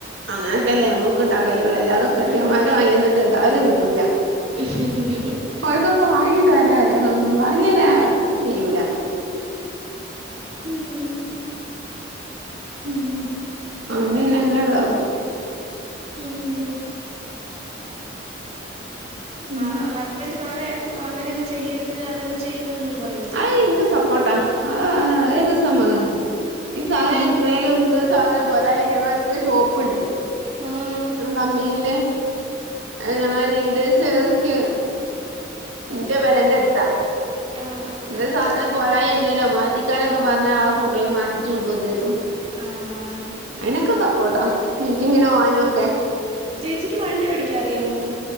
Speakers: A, on the right; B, on the right.
A: അങ്ങനൊക്കല്ലേ നമ്മുക്ക് ഇണ്ടാക്കാൻ കൈയ്യുള്ളൂ എല്ലാതെ കെട്ടിയൊമ്മാര്
B: ഉം സത്യം
A: വാങ്ങിയന്നിട്ട് ഏതായാലും കിട്ടൂല
B: <unintelligible> <inaudible>
A: ഓൽകൊക്കെ വാങ്ങിഇടാനേ അറിയുള്ളൂ വാങ്ങിയരാൻ കയ്യൂല
B: ഉം
A: ഉം വണ്ടി <unintelligible>
B: ഉം
A: ഉം
B: ഹാ ഹസ്ബൻഡ് വേറെ അങ്ങനെയൊന്നും ചെയ്യരുത് അതൊന്നും ചെയ്യരുത് ന്ന് പറയോ
A: അയ് ഇൻക്ക് സപ്പോട്ടാ ആ യിറ് സമാധാനാ ഈ സാധനം
B: ഉം
A: എക്കണലേ ഒന്ത് സാധനം പൊരെയ്ന്റെ അങ്ങെടുത്ത് ഷോപ്പ്ണ്ട്
B: ഉം
A: വെറും കമ്പി ന്റെ ഞങ്ങളെ ലീഡേഴ്സ് ഓക്കിയേ ഇന്റെ പെരേന്റെ അടുത്താ
B: ആഹ് ആഹ്
A: ന്തേ
B: ആഹ്
A: സാധനം പോരായി ഇണ്ടേലോ മാറ്റിക്കാനൊക്കെ പറഞ്ഞാ ആ കൊണ്ടോയി മാറ്റിച്ച് കൊണ്ടൊന്നെരും
B: ആഹ്
A: അയിനൊക്കെ സപ്പോർട്ടാ മീറ്റിങ്ങിനോവനൊക്കെ
B: ചേച്ചിക്ക് വണ്ടി ഓടിക്കാൻ അറിയാമോ?